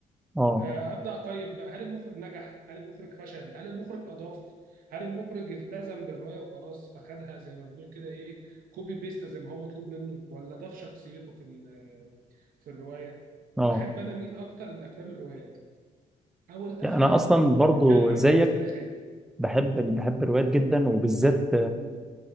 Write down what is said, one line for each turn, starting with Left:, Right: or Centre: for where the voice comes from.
Centre: اه
Right: آه، ابدا اقيم بقى هل المخرج نجح هل المخرج فشل هل المخرج اضاف هل المخرج التزم بالروايه وخلاص فخدها زي ما بنقول كده ايه كوبي بيست زي ما هو مطلوب منه ولا ضاف شخصيته في ال- في الروايه
Centre: اه
Right: فاحب انا اميل اكتر للافلام الروايات او الافلام
Centre: يعني انا اصلا برضو
Right: اللي بتتكلم عن
Centre: زيك
Right: احداث تاريخيه
Centre: بحب بحب الروايات جدا وبالذات
Right: مم.